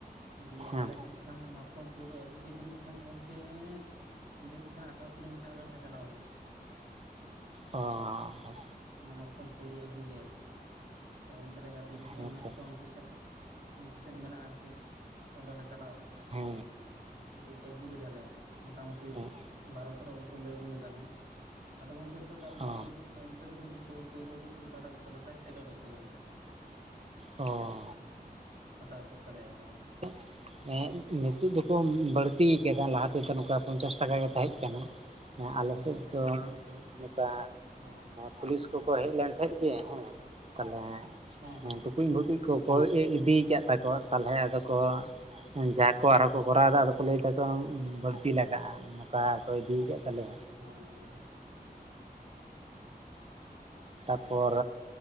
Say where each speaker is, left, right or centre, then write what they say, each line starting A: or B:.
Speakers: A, on the right; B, on the right.
A: ᱫᱤᱭᱮ
B: ᱦᱮᱸ
A: ᱟᱞᱮ ᱡᱟᱹᱱᱤᱡ ᱠᱷᱟᱱ ᱢᱟᱛᱠᱚᱢ ᱯᱟᱹᱣᱨᱟᱹ ᱟᱹᱜᱩ ᱜᱮ ᱡᱟᱹᱱᱤᱡ ᱠᱷᱟᱱ ᱜᱚᱝᱠᱮ ᱡᱟᱹᱱᱤᱡ ᱠᱷᱟᱱ ᱟᱴᱷᱚᱨᱚ ᱠᱤᱞᱳᱢᱤᱴᱟᱨ ᱜᱟᱱ ᱞᱮ ᱪᱟᱞᱟᱣ ᱞᱮᱱᱟ᱾
B: ᱚᱼᱼ
A: ᱚᱱᱟ ᱢᱟᱛᱠᱚᱢ ᱯᱟᱹᱣᱨᱟᱹ ᱟᱹᱜᱩ ᱜᱮᱭᱟ ᱟᱨᱠᱤ ᱚᱱᱛᱮᱨᱮ ᱜᱟᱛᱮ ᱜᱤᱫᱽᱨᱟᱹ
B: ᱦᱮᱸᱛᱚ
A: ᱢᱮᱱᱟᱜ ᱠᱚᱣᱟ ᱩᱱᱠᱩ ᱥᱮᱫ? ᱩᱱᱠᱩ ᱥᱮᱫ ᱢᱮᱱᱟᱜᱼᱟ ᱟᱨᱠᱤᱼᱼ ᱚᱸᱰᱮᱞᱮ ᱪᱟᱞᱟᱣ ᱞᱮᱱᱟ ᱟᱨᱠᱤ
B: ᱦᱮᱸ
A: ᱫᱤᱭᱮ ᱟᱹᱜᱩ ᱞᱮᱫᱟᱞᱮ ᱢᱚᱴᱟᱢᱩᱴᱤᱼᱼ
B: ᱦᱮᱸ
A: ᱵᱟᱨᱚ ᱛᱮᱨᱚ ᱵᱳᱚᱛᱚᱞ ᱞᱮ ᱟᱹᱜᱩ ᱞᱮᱫᱟ ᱞᱮ ᱟᱫᱚ ᱜᱚᱢᱠᱮ ᱱᱮᱛᱟᱨ ᱫᱚ ᱟᱞᱮᱥᱮᱫ
B: ᱚ
A: ᱫᱚ ᱟᱹᱰᱤᱼᱼ ᱚᱱᱛᱮ ᱫᱚ ᱠᱤᱱᱛᱩ ᱯᱟᱹᱨᱩᱣᱟᱹ ᱟᱲᱰᱤ ᱨᱮ ᱠᱚ ᱦᱟᱣ ᱠᱮᱫ ᱛᱣᱟ ᱥᱟᱴ ᱴᱟᱠᱟ ᱵᱳᱛᱳᱞ᱾
B: ᱚᱼᱼ
A: ᱦᱟᱛᱟᱣ ᱠᱮᱫ ᱛᱟᱞᱮᱭᱟ ᱠᱚᱼᱼ
B: <inaudible> ᱱᱤᱛᱳᱜ ᱫᱚᱠᱚ ᱵᱟᱹᱲᱛ ᱠᱟᱫᱟ ᱞᱟᱦᱟ ᱛᱮᱫᱚ ᱱᱚᱝᱠᱟ ᱯᱚᱧᱪᱟᱥ ᱴᱟᱠᱟ ᱜᱮ ᱛᱟᱦᱮᱸ ᱠᱟᱱᱟ᱾ ᱦᱮ ᱟᱞᱮ
A: ᱚ
B: ᱥᱮᱫ ᱫᱚ ᱱᱚᱝᱠᱟ
A: ᱚ
B: ᱯᱩᱞᱤᱥᱼᱼ ᱠᱩ ᱠᱚ ᱦᱮᱡ ᱞᱮᱱ ᱛᱟᱦᱮᱸ ᱜᱮ ᱦᱮᱸ ᱛᱟᱦᱚᱞᱮ
A: ᱦᱮᱸ ᱦᱮᱸ
B: ᱴᱩᱠᱩᱧ ᱵᱷᱩᱜᱩᱡᱼᱼ ᱠᱚ ᱠᱚ ᱤᱫᱤᱭ ᱟᱠᱟᱫ ᱛᱟᱠᱚᱣᱟ ᱛᱟᱦᱚᱞᱮ ᱟᱫᱚ ᱠᱚᱼᱼ ᱡᱟ ᱠᱚ ᱟᱨᱦᱚᱸ ᱠᱚ ᱠᱚᱨᱟᱣ ᱮᱫᱟ ᱟᱫᱚ ᱠᱚ ᱞᱟᱹᱭ ᱫᱟᱠᱚ ᱵᱟᱹᱲᱛᱤ ᱞᱟᱜᱟᱜᱼᱟ᱾ ᱱᱚᱝᱠᱟ ᱠᱚ ᱤᱫᱤ ᱟᱠᱟᱫ ᱛᱟᱞᱮᱭᱟ᱾᱾
A: ᱦᱚᱸ᱾
B: ᱛᱟᱨᱯᱚᱨᱼᱼ